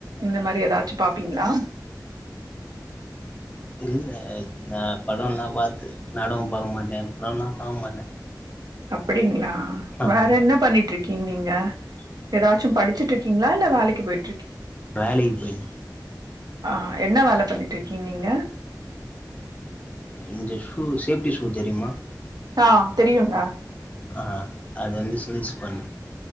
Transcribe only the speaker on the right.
இந்த மாரி எதாச்சு பாப்பீங்ளா
அப்டிங்களா
வேற என்ன பண்ணிட்ருக் கிங் நீங்க எதாச்சு படிச்சிட்ருக்கீங்ளா இல்ல வேலைக் <unintelligible>
ஆ என்ன வேல பண்ணிட்ருக்கீங் நீங்க
ஆ தெரியுங்க